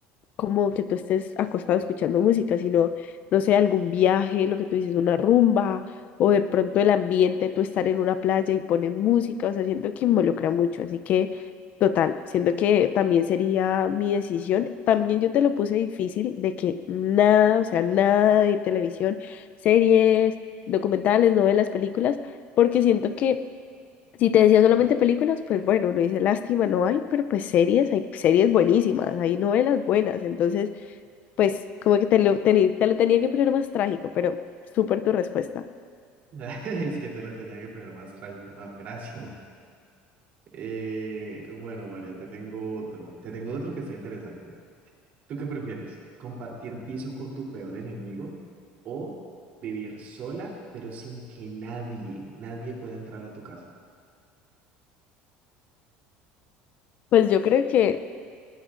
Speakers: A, on the left; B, on the right.
A: como que tú estés acostado escuchando música, sino, no sé, algún viaje, lo que tú dices, una rumba, o de pronto el ambiente, tú estar en una playa y ponen música, o sea, siento que involucra mucho, así que, total, siento que también sería mi decisión. También yo te lo puse difícil de que nada, o sea, nada de televisión, series, documentales, novelas, películas, porque siento que... Si te decía solamente películas, pues bueno, uno dice lástima, no hay, pero pues series, hay series buenísimas, hay novelas buenas, entonces pues como que te lo, teni- te lo tenía que poner más trágico, pero súper tu respuesta.
B: <laughs> Es que te lo tenía que poner más trágico, no, gracias. Eh, bueno, María, te tengo otro, te tengo otro que está interesante. ¿Tú qué prefieres? ¿Compartir piso con tu peor enemigo o vivir sola, pero sin que nadie, nadie pueda entrar a tu casa?
A: Pues yo creo que,